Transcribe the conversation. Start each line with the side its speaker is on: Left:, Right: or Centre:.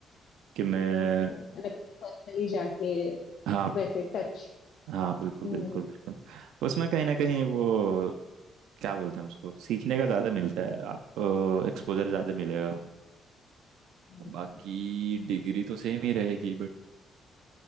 Right: कि मैं
Left: ओके मतलब पर्सनली जाके
Right: हाँ
Left: वैसे टच
Right: हाँ बिल्कुल
Left: हम्म
Right: बिल्कुल बिल्कुल उसमें कहीं ना कहीं वो क्या बोलते हैं उसको सीखने का ज़्यादा मिलता है आपको एक्सपोजर ज़्यादा मिलेगा
Left: ऐसे।
Right: बाकी डिग्री तो सेम ही रहेगी बट